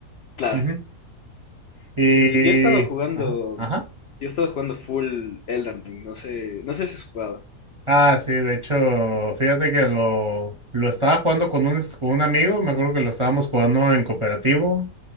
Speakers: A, on the left (about 80°); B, on the right (about 30°).
A: Claro.
B: Ujú. Y,
A: Sí, sí, yo he estado jugando...
B: ajá, ajá.
A: Yo he estado jugando full Elden Ring, no sé, no sé si has jugado.
B: Ah, sí, de hecho, fíjate que lo, lo estaba jugando con un, con un amigo, me acuerdo que lo estábamos jugando en cooperativo.